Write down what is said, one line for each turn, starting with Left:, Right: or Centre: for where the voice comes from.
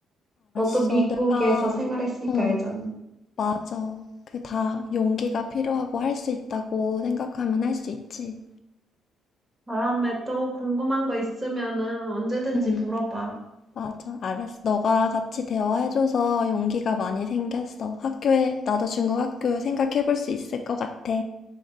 Right: 너도
Left: 알았어.
Right: 미국에서
Left: 내가,
Right: 생활했으니까
Left: 어,
Right: 알잖아.
Left: 맞아. 그 다 용기가 필요하고 할 수 있다고 생각하면 할 수 있지.
Right: 다음에 또 궁금한 거 있으면은 언제든지
Left: 응
Right: 물어봐.
Left: 맞아. 알았어. 너가 같이 대화해줘서 용기가 많이 생겼어. 학교에, 나도 중국 학교 생각해볼 수 있을 것 같아.